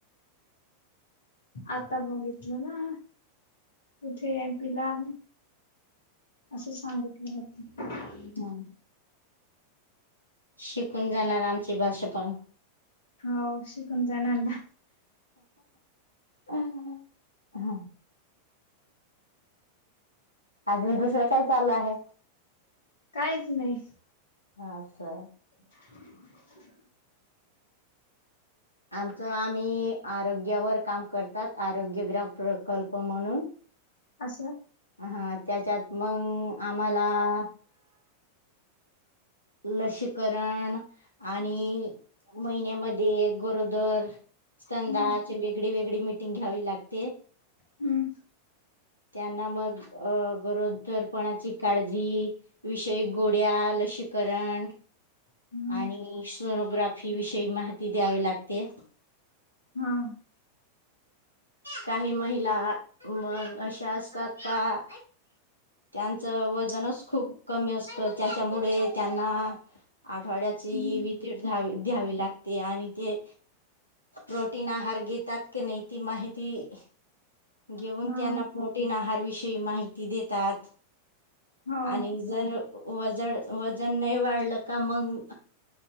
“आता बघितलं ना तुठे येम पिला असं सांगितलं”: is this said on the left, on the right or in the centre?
Left